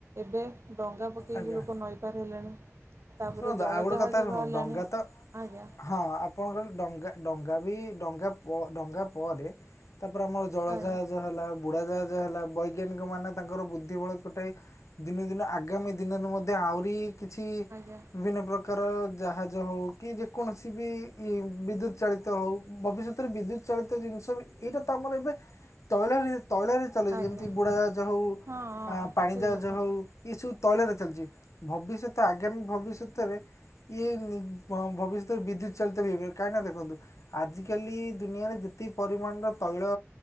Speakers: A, on the right; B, on the left.
A: ଏବେ ଡଙ୍ଗା ପକେଇକି
B: ଆଜ୍ଞା
A: ଲୋକ ନଈପାର ହେଲେଣି। ତା
B: ଶୁଣନ୍ତୁ
A: ପରେ ଜଳ
B: ଆଉ ଗୋଟେ
A: ଜାହାଜ
B: କଥା ଶୁଣ
A: ବାହାରିଲାଣି।
B: ଡଙ୍ଗା ତ
A: ଆଜ୍ଞା
B: ହଁ, ଆପଣଙ୍କର ଡଙ୍ଗା, ଡଙ୍ଗା ବି ଡଙ୍ଗା, ଡଙ୍ଗା, ପରେ, ତାପରେ ଆମର ଜଳ
A: ଆଜ୍ଞା
B: ଜାହାଜ ହେଲା। ଉଢାଜାହାଜ ହେଲା। ବୈଜ୍ଞାନିକ ମାନେ, ତାଙ୍କର ବୁଦ୍ଧି ବଳ ଖଟାଇ ଦିନ, ଦିନ ଆଗ, ଆଗାମୀ ଦିନରେ ମଧ୍ୟ, ଆହୁରି କିଛି
A: ଆଜ୍ଞା
B: ବିଭିନ୍ନ ପ୍ରକାର, ପ୍ରକାର ର ଜାହାଜ ହଉ କି, ଯେ କୌଣସି ବି ବିଦ୍ୟୁତ ଚାଳିତ ହଉ, ଭବିଷ୍ୟତରେ ବିଦ୍ୟୁତ, ଚାଳିତ ଜିନିଷ ବି, ଏଇଟା ତ ଆମର ଏବେ, ତୈଳରେ ତୈଳରେ ଚଲେ
A: ଆଜ୍ଞା
B: ଯେମିତି ବୁଡା ଜାହାଜ ହଉ
A: ହଁ ହଁ
B: ଆ ପାଣି
A: ଠିକ୍
B: ଜାହାଜ
A: କଥା
B: ହଉ ଏସବୁ ତୈଳରେ ଚାଲିଛି ଭବିଷ୍ୟତ ଆଗାମୀ ଭବିଷ୍ୟତରେ ଇଏ ଭବିଷ୍ୟତରେ ବିଦ୍ୟୁତ୍ ଚାଳିତ ବି କାହିଁକି ନା ଦେଖନ୍ତୁ। ଆଜିକାଲି ଦୁନିଆରେ ଯେତକ ପରିମାଣର ତୈଳ